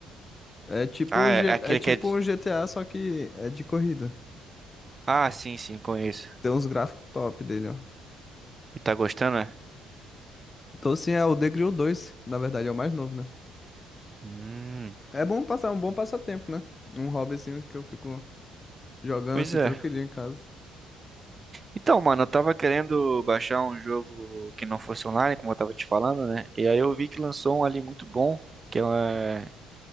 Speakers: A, on the left; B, on the right.
A: É tipo
B: Ah,
A: um
B: é,
A: G...
B: é aquele
A: é tipo
B: que é. de-
A: um GTA, só que é de corrida.
B: Ah, sim, sim, conheço.
A: Tem uns gráficos top dele, ó.
B: E tá gostando, é?
A: Então, sim é o The Grill 2, na verdade, é o mais novo, né?
B: Hum,
A: É bom passar um bom passatempo, né? Um hobbyzinho que eu fico jogando
B: pois
A: assim
B: é.
A: tranquilinho em casa.
B: Então, mano, eu tava querendo baixar um jogo que não fosse online, como eu tava te falando, né? E aí eu vi que lançou um ali muito bom, que é